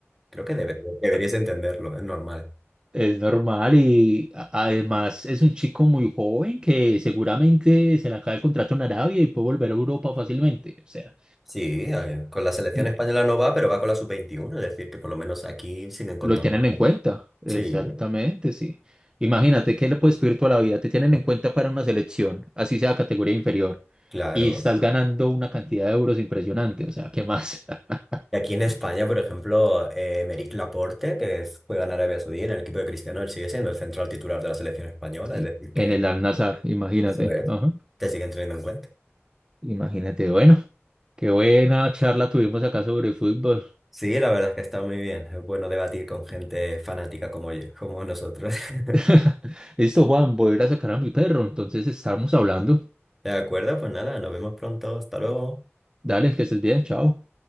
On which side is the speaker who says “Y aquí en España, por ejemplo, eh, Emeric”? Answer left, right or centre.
Centre